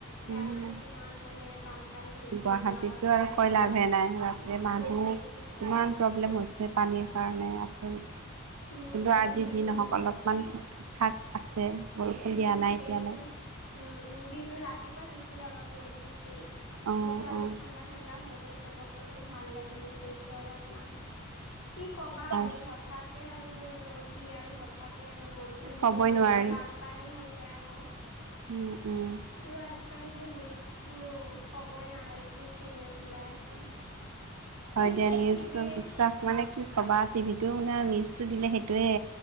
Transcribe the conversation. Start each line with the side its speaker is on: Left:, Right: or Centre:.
Right: উম,
Left: জানান কিমান মানে বানপানী হৈছে
Right: গুৱাহাটীততো
Left: যোৰাবাট
Right: আৰু
Left: চাইডত,
Right: কৈ লাভে নাই বাপৰে মানুহ
Left: সেইটোৱে সেই
Right: কিমান
Left: উম।
Right: প্ৰব্লেম হৈছে পানীৰ কাৰণে আচৰিত,
Left: উম,
Right: কিন্তু
Left: উম,
Right: আজি
Left: সেইটোৱে
Right: যি নহওঁক অলপমান ঠিক ঠাক আছে, বৰষুণ
Left: উম,
Right: দিয়া নাই
Left: সেইটোৱে।
Right: এতিয়ালৈ।
Left: উম, উম, দিন ৰাতিপুৱা দিছিলে অলপ ৰ'দ দিছিল,
Right: অঁ
Left: এতিয়া অলপ
Right: অঁ
Left: ঠাণ্ডা, ঠাণ্ডা হৈছে ব তৰটো ভাল লাগি আছে এতিয়া অলপমান, কি কবা
Right: হয়
Left: আৰু হঠাতে আৰু ৰ'দ দি আৰু হঠাতে আৰু বৰষুণ
Right: ক'বই
Left: দিব ধৰে
Right: নোৱাৰি
Left: বান পানী হৈ যায় আকৌ।
Right: উম, উম।
Left: আৰু আজিকালি টো নিউজতটো ক'বই নালাগে কি, কি নিউজ ওলাই আছে। সেইটোৱে
Right: হয় দিয়া নিউজটো
Left: টিভিৰ
Right: বিশ্বাস মানে কি ক'বা টিভিটো মানে নিউজটো দিলে সেইটোৱেই